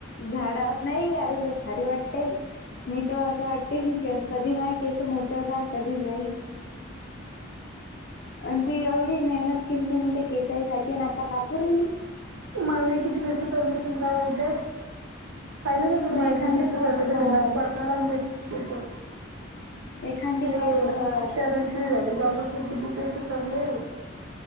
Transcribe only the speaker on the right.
मागे किती पैसे जमले तुला काय माहिते? पाहिलं का तुनं
माहे
केस
चालले
तर, घरात पडायला लागलेत केसं.
ते
एक
चरणश्री झाली, तेव्हापासून किती केस चालले.